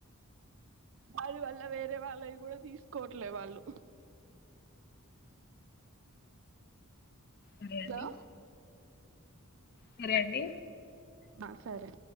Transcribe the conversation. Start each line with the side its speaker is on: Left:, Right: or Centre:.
Right: వారి వల్ల వేరే వాళ్ళవి కూడా తీసుకోవట్లే వాళ్ళు
Left: అదే అండి
Right: హలో
Left: సరే అండి
Right: ఆ సరే